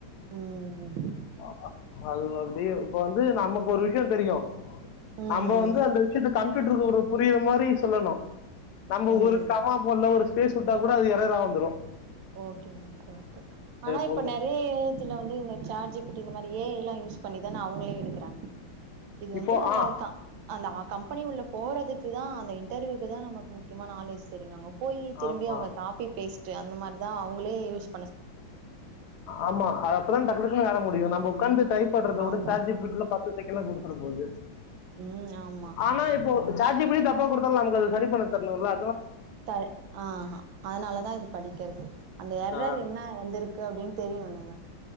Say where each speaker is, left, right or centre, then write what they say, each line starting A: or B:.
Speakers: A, on the right; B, on the left.
A: ம்
B: அம அது அப்டி இப்ப வந்து நமக்கு ஒரு வி கியம் தெரியு
A: ம் ம்
B: நம்ப வந்து அந்த விஷயத்து கம் க்கிட்டுருக்கு ஒரு புரியர மாரி சொல்லணு நம்ப ஒரு
A: ம்
B: கமா போடல ஒரு சுட்டாலு கூட அது எறரா வந்துரு
A: ஓகே ஓ ஓகே ஆனா
B: போடணும்
A: இப்ப நெறைய ஏஜ்ல வந்து இந்த சேட்ஜிபிடி இந்த மாரி ஏ ஐ எல்லா யூஸ் பண்ணிக் ஏனா அவங்களே எடுக்குறாங்க இது
B: இப்போ
A: வந்து அந்த
B: ஆ
A: கா அந்தா கம்பெனி உள்ள போறதுக்கு தா அந்த இன்டர்வியூக்கு தா நமக்கு முக்கியமா நாலேஜ் தெரினு அங்க போயி திரும்பி
B: ஆமா
A: அவங்க காப்பி பேஸ் சே அந்த மாரி லா அவங்களே யூஸ்
B: ஆமா அப்புறோ டக்குனு வேல முடியு நம்ப உக்காந்து டைப் பண்றதவிட
A: ஆமா
B: சாட்ஜிபிடில பத்து செக்கண்ட்ல குடுத்துட போது
A: ம் ஆமா
B: ஆனா இப்போ சாட்ஜிப்பிடி தப்பா குடுத்தாலு நமக்கு அது சரி பண்ண தெர்ணுல்ல
A: த ஆஹா அதனாலதா இது படிக்கது அந்த எரர்
B: ஆ,
A: என்ன வந்திருக் க்கு அப்டின்னு தெரியனு நமக்கு